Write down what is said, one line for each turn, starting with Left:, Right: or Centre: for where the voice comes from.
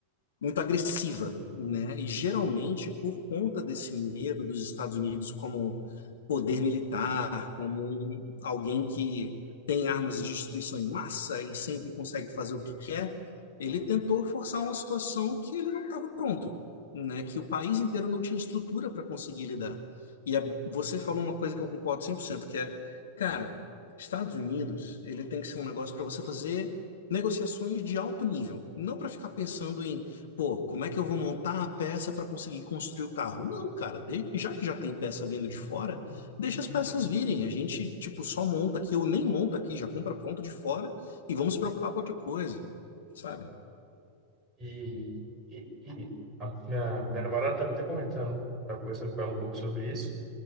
Left: muito agressiva, né? E geralmente por conta desse medo dos Estados Unidos como poder militar, como um- alguém que tem armas de destruição em massa e sempre consegue fazer o que quer, ele tentou forçar uma situação que ele não estava pronto, né? Que o país inteiro não tinha estrutura para conseguir lidar. E a- você falou uma coisa que eu concordo 100%, que é, cara, Estados Unidos, ele tem que ser um negócio para você fazer negociações de alto nível, não para ficar pensando em Pô, como é que eu vou montar a peça para conseguir construir o carro? Não, cara, de- já que já tem peça vindo de fora, deixa as peças virem. A gente, tipo, só monta aqui, ou nem monta aqui, já compra pronto de fora e vamos se preocupar com outra coisa, sabe?
Right: E, e, e a minha, minha namorada estava até comentando, estava conversando com ela um pouco sobre isso.